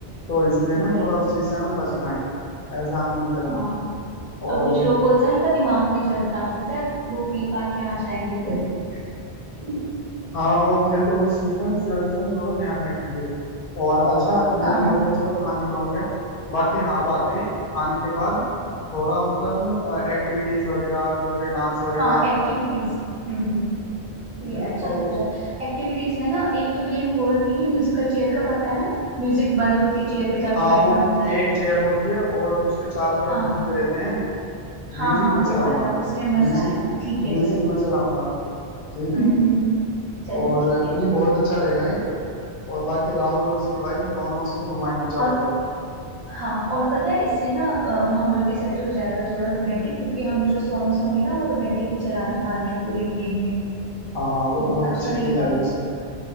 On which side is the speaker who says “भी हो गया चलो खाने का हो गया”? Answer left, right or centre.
Left